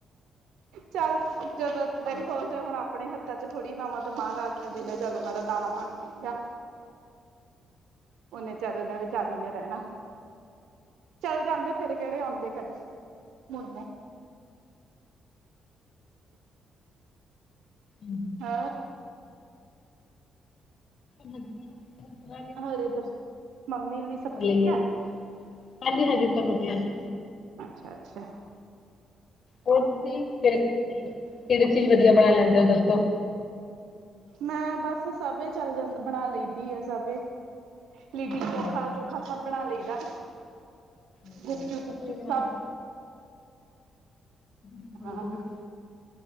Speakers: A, on the right; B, on the left.
A: ਚੱਲ ਜਦੋਂ ਦੇਖੋ ਤੇ ਹੁਣ ਆਪਣੇ ਹੱਥਾਂ ਚ ਥੋੜੀ ਨਵਾਂ ਤੋਂ ਮਹਾਰਾਜ ਨੇ ਜਿਨੇ ਚਲੋ ਮੈਂਰਾ ਦਾਣਾ ਪਾਣੀ ਲਿਖਿਆ। ਉਹਨੇ ਚਾਰ ਉਹੇ ਵਿਚਾਰੀ ਨੇ ਰਹਿਣਾ, ਚੱਲ ਜਾਂਦੇ ਫੇਿਰ ਕਿਹੜੇ ਆਉਂਦੇ ਕਦੇ ਮੁੜ
B: ਹਮ <unintelligible>
A: ਹਾਂ
B: ਵਧੀਆ
A: ਹੋਰ ਇੱਧਰ ਮੰਮੀ ਹੁਣੀ ਸਭ ਠੀਕ
B: ਲਈ,
A: ਹੈ
B: ਕਾਂਦੀ ਹਾਂਜੀ, ਉਤਰ ਵਧੀਆ ਅਸੀ,
A: ਅੱਛਾ-ਅੱਛਾ,
B: ਹੋਰ ਤੁਸੀਂ ਕਿੜ ਕਿਹੜੀ ਚੀਜ਼ ਵਧੀਆ ਬਣਾ ਲੈਂਦੇ ਹੋ ਦੱਸੋ?
A: ਮੈਂ ਬਸ ਸਭ ਚੱਲ ਜਾਂ ਬਣਾ ਲਈਦੀ ਆ ਸਭ ਲਿਟੀ
B: ਅੱਛਾ
A: ਚੋ ਖਾ ਚੁੱਕ ਭੁੱਖਾ ਸਭ ਬਣਾ ਲਈਦਾ,
B: ਅੱਛਾ
A: ਗੁਪ ਚੁਪ ਗੁਪ
B: ਰਸੋਈ
A: ਚੁਪ
B: ਬਣਾਉਂਦੇ
A: ਸਭ
B: ਹੋਵੋਗੇ
A: ਆਹ
B: ਤੁਸੀਂ